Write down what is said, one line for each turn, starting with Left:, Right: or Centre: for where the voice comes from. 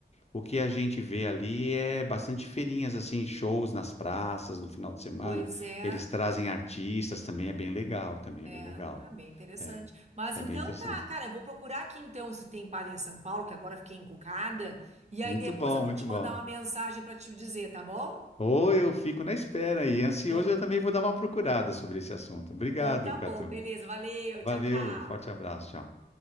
Left: O que a gente vê ali é bastante feirinhas, assim, shows nas praças no final de semana.
Right: Pois é.
Left: Eles trazem artistas também, é bem legal, também é
Right: É,
Left: bem legal.
Right: né, bem interessante.
Left: É,
Right: Mas
Left: é
Right: então
Left: bem interessante.
Right: tá, cara, eu vou procurar aqui então se tem padre em São Paulo, que agora eu fiquei encucada, e aí
Left: Muito
Right: depois
Left: bom,
Right: eu vou
Left: muito
Right: te mandar
Left: bom.
Right: uma mensagem para te dizer, tá bom?
Left: Ou eu fico na espera e ansioso,
Right: Então,
Left: eu também vou dar uma procurada sobre esse assunto. Obrigado,
Right: então tá
Left: Catu.
Right: bom, beleza, valeu,
Left: Valeu,
Right: tchau, tchau.
Left: forte abraço, tchau.